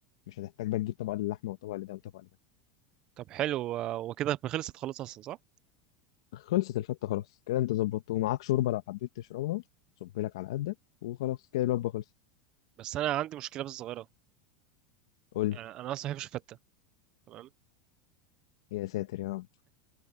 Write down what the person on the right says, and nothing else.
طب حلو آه، وكده خلصت خلاص اصلا صح
بس انا عندي مشكلة بس صغيرة
يعني
انا اصلا ما بحبش الفتة تمام